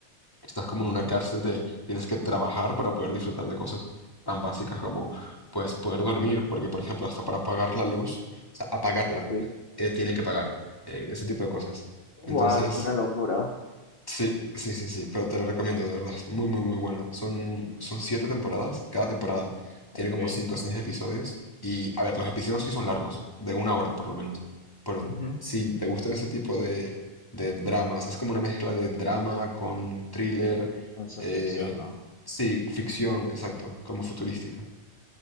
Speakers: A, on the left (about 20°); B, on the left (about 50°).
A: Estás como
B: Ujú.
A: en una cárcel de tienes que trabajar para poder disfrutar de cosas tan básicas como pues poder dormir, porque por ejemplo hasta para apagar la luz, o sea, apagarla,
B: Sí.
A: eh, tiene que pagar, eh, ese tipo de cosas. Entonces,
B: Guau, una locura.
A: Sí, sí, sí, sí, pero te lo recomiendo, de verdad. es Muy, muy, muy bueno. Son, son siete temporadas. Cada temporada tiene
B: Ok.
A: como cinco o seis episodios. Y, a ver, los episodios sí son largos, de una hora por lo menos. Pero
B: Ujú.
A: si te gustan ese tipo de, de dramas, es como una mezcla de drama con thriller,
B: Ciencia
A: eh,
B: ficción, ¿no?
A: sí, ficción, exacto, como futurística.